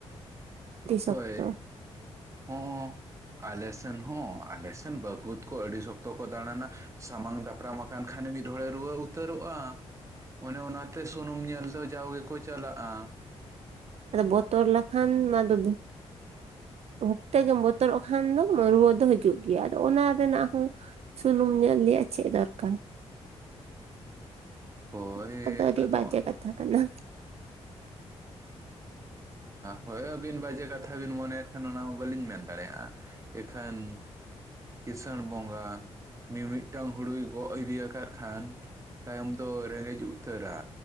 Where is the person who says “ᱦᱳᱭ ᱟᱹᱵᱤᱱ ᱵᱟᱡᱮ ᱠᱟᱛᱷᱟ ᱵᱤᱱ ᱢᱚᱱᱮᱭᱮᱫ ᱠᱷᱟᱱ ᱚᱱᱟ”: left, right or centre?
Right